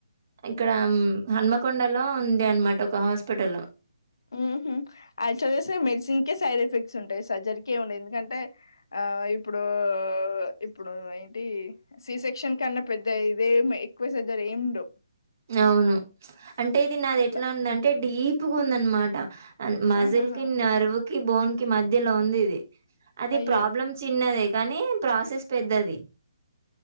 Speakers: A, on the right (about 40°); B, on the left (about 85°).
A: ఇక్కడ మ్ హన్మకొండలో ఉంది అనమాట ఒక హాస్పిటల్
B: ఉహుం యాక్చుగేసే మెడిసిన్ కే సైడ్ ఎఫెక్ట్స్ ఉంటాయి సర్జరీ కి ఉండే ఎందుకంటే ఆ ఇప్పుడు ఇప్పుడు ఏంటి సీ సెక్షన్ కన్నా పెద్ద ఇదేం ఎక్వసజరీ ఏముండవ్
A: అవును అంటే ఇది నాది
B: అట్లా
A: ఎట్లా ఉంది అంటే దీప్గ ఉందనమాట మజిల్
B: ఆహాహా
A: కి నర్వ్ కి బోన్ కి మధ్యలో ఉంది ఇది అది
B: అయ్యో
A: ప్రాబ్లమ్ చిన్నదే కానీ ప్రాసెస్ పెద్దది